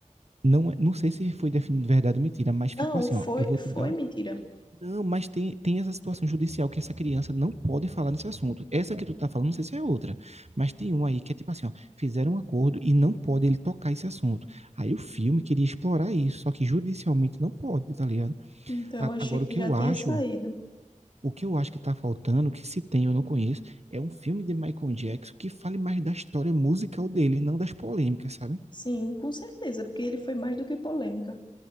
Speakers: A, on the right; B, on the left.
A: não, é, não sei se foi definido verdade ou mentira, mas ficou
B: Não,
A: assim,
B: foi,
A: ó, eu vou
B: foi
A: te dar,
B: mentira.
A: não, mas tem, tem essa situação judicial que essa criança não pode falar nesse assunto. Essa que tu tá falando, não sei se é outra, mas tem uma aí que é tipo assim, ó, fizeram um acordo e não pode ele tocar esse assunto. Aí o filme queria explorar isso, só que judicialmente não pode, tá ligado?
B: Então,
A: A-
B: eu achei
A: agora
B: que
A: o que
B: já
A: eu
B: tinha
A: acho,
B: saído.
A: o que eu acho que tá faltando, que se tem eu não conheço, é um filme de Michael Jackson que fale mais da história musical dele, não das polêmicas, sabe?
B: Sim, com certeza, porque ele foi mais do que polêmica.